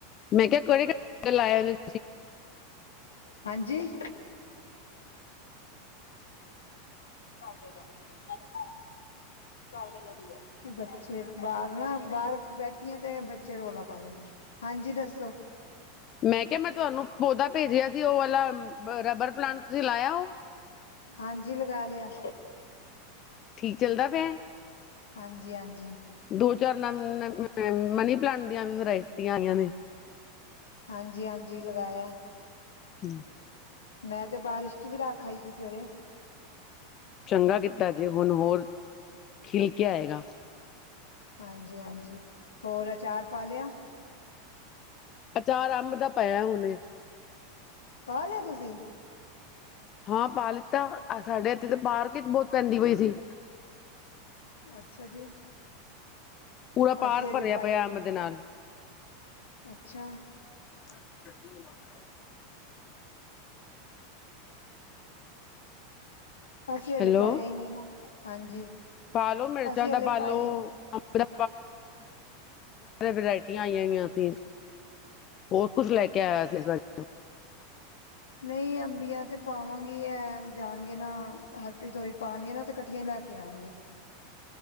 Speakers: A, on the left; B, on the left.
A: ਮੈਂ ਕਿਹਾ ਕੇੜੇ <inaudible>
B: ਹਾਂਜੀ। <unintelligible> ਬੱਚੇ ਬਾਰ ਨਾ ਬਾਰ ਬੈਠੀ ਆਂ ਤੇ ਬੱਚੇ ਰੌਲਾ ਪਾ ਰੇਨ। ਹਾਂਜੀ ਦੱਸੋ।
A: ਮੈਂ ਕਿਆ ਮੈਂ ਤਵਾਨੂੰ ਪੌਧਾ ਪੇਜਆ ਸੀ, ਉਹ ਵਾਲਾ ਰਬਰ ਪਲਾਂਟ ਤੁਸੀਂ ਲਾਇਆ ਔ।
B: ਹਾਂਜੀ ਲਗਾ ਲਿਆ।
A: ਠੀਕ ਚੱਲਦਾ ਪਿਆ।
B: ਹਾਂਜੀ-ਹਾਂਜੀ।
A: ਦੋ ਚਾਰ <unintelligible> ਮਨੀ ਪਲਾਂਟ ਦੀਆਂ ਵੀ ਵਰਾਇਟੀਆਂ ਆਈਆਂ ਨੇ।
B: ਹਾਂਜੀ-ਹਾਂਜੀ ਲਗਾਇਆ।
A: <inaudible>
B: ਮੈਂ ਤੇ ਬਾਰਿਸ਼ 'ਚ ਵੀ ਰਖ ਆਈ ਸੀ ਸਵੇਰੇ।
A: ਚੰਗਾ ਕੀਤਾ ਜੇ ਹੁਨ ਹੋਰ ਖਿਲ ਕੇ ਆਏਗਾ।
B: ਹਾਂਜੀ-ਹਾਂਜੀ। ਹੋਰ ਅਚਾਰ ਪਾ ਲਿਆ?
A: ਅਚਾਰ ਅੰਬ ਦਾ ਪਾਇਆ ਹੁਨੇ।
B: ਪਾ ਲਆ ਤੁਸੀਂ?
A: ਹਾਂ ਪਾ ਲਿੱਤਾ। ਸਾਡੇ ਇੱਥੇ ਤੇ ਪਾਰਕੀਕ ਬੋਤ ਪੈਂਦੀ ਬਈ ਸੀ।
B: ਅੱਛਾ ਜੀ।
A: ਪੂਰਾ ਪਾਰਕ
B: ਅਸੀਂ
A: ਭਰਿਆ
B: ਅਜੇ ਪਾਯਾ
A: ਪਿਆ
B: ਈ ਨੀ।
A: ਅੰਬ ਦੇ ਨਾਲ
B: ਅੱਛਾ।
A: <inaudible>
B: ਅਸੀਂ ਹਲੇ
A: ਹੈਲੋ
B: ਪਾਇਆ ਈ ਨੀ। ਹਾਂਜੀ।
A: ਪਾਲੋ ਮਿਰਚਾਂ
B: ਅਸੀਂ
A: ਦਾ
B: ਹਲੇ
A: ਪਾਲੋ।
B: ਪਾਇਆ ਹੀ ਨਹੀਂ
A: <unintelligible> ਵੈਰਾਇਟੀਆਂ ਆਇਯਾ ਹੋਇਆ। ਸੀ। ਬੋਤ ਕੁੱਛ ਲੈ ਕੇ ਆਇਆ ਸੀ ਇਸ ਵਾਰੀ।
B: ਨਈ ਅੰਬੀਆਂ ਤੇ ਪਾਵਾਂਗੀ, ਐ ਜਾਨਗੇ ਨਾ ਹਰਪ੍ਰੀਤ ਔਰੀ ਪਾਨਗੇ ਨਾ ਤੇ ਕੱਠਿਆ ਈ ਲੈ ਕੇ ਆਨਗੇ।